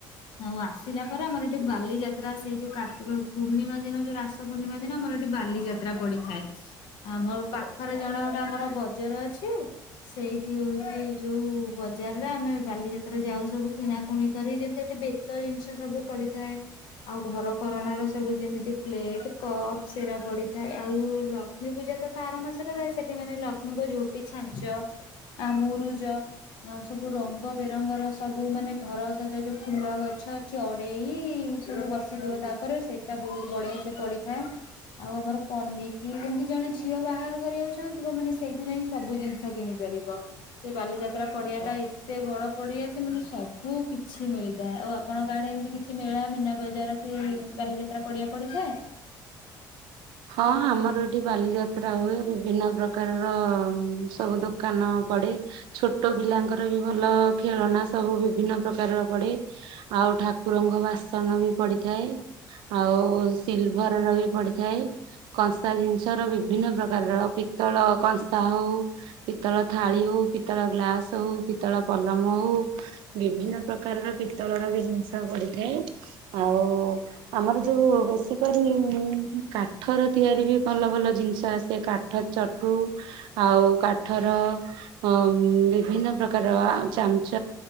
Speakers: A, on the left (about 70°); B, on the right (about 80°).
A: ଆଉ ଆସିଲା ପରେ ଆମର ଏଠି ବାଲିଯାତ୍ରା ସେଇଯୋଉ କାର୍ତ୍ତିକପୂର୍ଣ୍ଣିମା ଦିନ ଯୋଉ ରାସପୂର୍ଣ୍ଣିମା ଦିନ ଆମର ସେଠି ବାଲିଯାତ୍ରା ପଡିଥାଏ। ଆମ ପାଖରେ ଜଣେଗୋଟେ ଆମର ବଜାର ଅଛି। ସେଇଠି ହଉଛି ଯୋଉ ବଜାରରେ ଆମେ ବାଲିଯାତ୍ରା ଯାଉ ସବୁ କିଣା। ପୁଣି କରି ଯେମତି ଏଠି ବେତ ଜିନିଷ ସବୁ ପଡିଥାଏ ଆଉ ଘରକରଣାର ସବୁ ଯେମିତି ପ୍ଳେଟ୍। ଏଇଠି କପ୍ ସେରା ପଡିଥାଏ। ଆଉ ଲକ୍ଷ୍ମୀ ପୂଜା ତ ତା ଆରମାସରେ ର ସେଠି ମାନେ ଲକ୍ଷ୍ମୀଙ୍କ ଝୋଟ୍ ଏ ଛାଞ୍ଚ ଆ ମୁରୁଜ ଆଉ ସବୁ ରଙ୍ଗ ବେରଙ୍ଗର ସବୁ ମାନେ ଘର ସଜ୍ଜା ଯୋଉ ଫୁଲ ଗଛ ଅଛି ଅଡେଇ ସବୁ ବସିଥିବ। ତାପରେ ସେଇଟା ବହୁତ ବଢେଇ। ଛ ପଡିଥାଏ। ଆଉ ଆମର ପନିକି ଯେମିତି ଜଣେ ଝିଅ ବାହାଘର କରିବାକୁ ଚାହୁଁଥିବ ମାନେ ସେଇଠୁ ଯାଇଁ। ସବୁ ଜିନିଷ କିଣି ପାରିବ। ସେ ବାଲିଯାତ୍ରା ପଡିଆ ଟା ଏତେ ବଡ ପଡିଆ ସେ ମାନେ ସବ୍ ସବୁ କିଛି ମିଳିତାଏ। ଆଉ ଆପଣଙ୍କ ଆଡ଼େ ଏମିତି କିଛି ମେଳା, ମିନା ବଜାର କି ବାଲିଯାତ୍ରା ପଡ଼ିଆ ପଡ଼ିଥାଏ? ଥାଏ?
B: ହଁ। ଆମର ଏଠି ବାଲିଯାତ୍ରା ହୁଏ। ବିଭିନ୍ନ ପ୍ରକାରର ସବୁ ଦୋକାନ ପଡେ। ଛୋଟ ପିଲାଙ୍କର ବି ଭଲ ଖେଳନା ସବୁ ବିଭିନ୍ନ ପ୍ରକାରର ପଡେ। ଆଉ ଠାକ୍ କୁରଙ୍କ ବାସନ ବି ପଡିଥାଏ। ଆଉ ସିଲଭର୍ ର ବି ପଡ଼ିଥାଏ। କଂସା ଜିନିଷ ର ବିଭିନ୍ନ ପ୍ରକାରର ପିତ୍ତଳ କଂସା ହଉ। ପିତ୍ତଳ ଥାଳି ହଉ, ପିତଳ ଗ୍ଲାସ ହଉ, ପିତଳ ପଲମ ହଉ ବିଭିନ୍ନ ପ୍ରକାରର ପିତ୍ତଳର ବି ଜିନିଷ ପଡ଼ିଥାଏ। ଆଉ ଆମର ଯୋଉ ବେଶି କରି ମୁଁ କା। କାଠର ତିଆରି ବି ଭଲ ଭଲ ଜିନଷ ଆସେ କାଠ ଚଟୁ ଆଉ କାଠର। ଅଁ ବିଭିନ୍ନ ପ୍ରକାର ଆ ଚାମଚ,